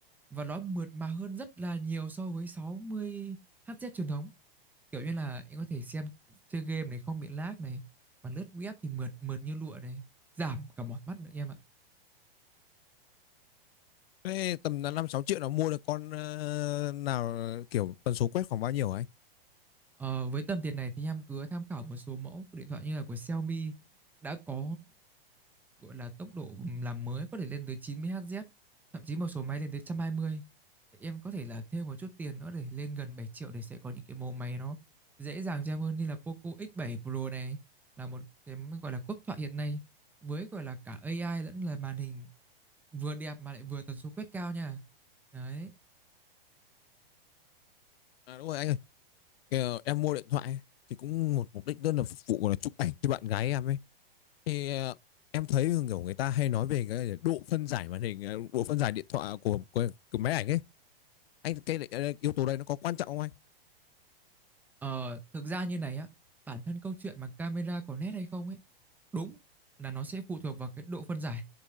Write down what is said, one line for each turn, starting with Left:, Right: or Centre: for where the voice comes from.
Centre: và nó mượt mà hơn rất là nhiều so với 60 Hz truyền thống kiểu như là em có thể xem chơi game này không bị lag này mà lướt web thì mượt mượt như lụa này giảm cả mỏi mắt nữa em ạ
Left: Thế tầm là 5 6 triệu là mua được con ờ, nào kiểu tần số quét khoảng bao nhiêu hả anh?
Centre: ờ, với tầm tiền này thì em cứ tham khảo một số mẫu điện thoại như là của Xiaomi đã có gọi là tốc độ làm mới có thể lên tới 90 Hz, thậm chí một số máy lên tới 120. Em có thể là thêm một chút tiền nữa để lên gần bảy triệu để sẽ có những cái mẫu máy nó dễ dàng cho em hơn như là Poco X7 Pro này là một cái gọi là quốc thoại hiện nay với gọi là cả AI lẫn là màn hình vừa đẹp mà lại vừa tần số quét cao nha. Đấy.
Left: À đúng rồi anh ơi, kiểu em mua điện thoại ấy, thì cũng một mục đích đơn là phục vụ là chụp ảnh cho bạn gái em ấy. Thì ờ, em thấy kiểu người ta hay nói về cái độ phân giải màn hình, ờ, độ phân giải điện thoại của, của, của máy ảnh ấy. Anh cái, cái yếu tố đây nó có quan trọng không anh?
Centre: Ờ, thực ra như này á, bản thân câu chuyện mà camera có nét hay không ấy, đúng là nó sẽ phụ thuộc vào cái độ phân giải.